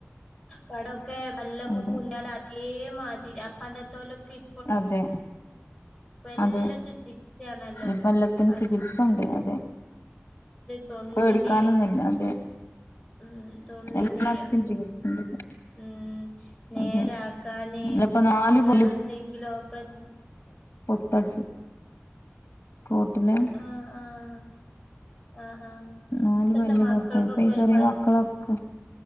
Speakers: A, in the centre; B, on the left.
A: പടൊക്കെ പല്ലൊക്കെ
B: അതെ
A: പൊന്തിയാല് അതേ മാതിരി ആ പണ്ടത്തോലൊക്കെ ഇ
B: അതെ
A: എല്ലാത്തും
B: അതെ
A: ചികിത്സയാണല്ലോ
B: ഇപ്പ എല്ലാത്തിനും
A: പല്ല്
B: ചികിത്സ ഉണ്ട് അതെ
A: തൊണ്ണിനെ
B: പെടിക്കാനൊന്നല്ല അതെ
A: ഉം തൊണന്നെ
B: എല്ലാത്തിനും ചികിത്സ ഉണ്ട്
A: ഉം നേരാക്കാന്
B: അതെ ഇപ്പൊ നാല്
A: ഇനി വേറെ
B: പല്ല്
A: എന്തെങ്കിലും ഓ പ്രശം
B: ത്തടു കൂട്ടില
A: ആഹ് ആഹ് ആഹ് ആഹ് <unintelligible>
B: നാല്
A: ഇപ്പത്തെ
B: പല്ല്
A: മക്കൾക്കൊക്കെ
B: പൊത്ത ഇപ്പൊ ഈ
A: ഒരു
B: ചെറിയ
A: പല്ല്
B: മക്കളൊക്കെ